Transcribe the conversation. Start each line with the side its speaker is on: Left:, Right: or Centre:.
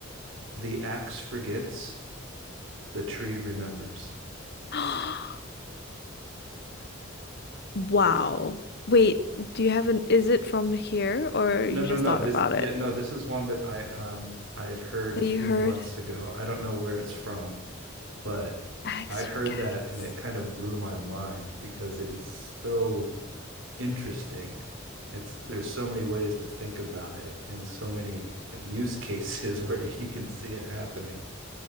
Right: the axe forgets, the tree remembers.
Left: <gasps> Wow. Wait, do you have an, is it from here or
Right: No,
Left: you
Right: no,
Left: just
Right: no.
Left: thought
Right: This
Left: about
Right: yeah,
Left: it?
Right: no. This is one that I um I had heard
Left: That
Right: a few
Left: you heard?
Right: months ago. I don't know where it's from, but
Left: X
Right: I heard
Left: for cats.
Right: that and it kind of blew my mind because it is so interesting. It's there's so many ways to think about it and so many like use <laughs> cases where you can see it happening.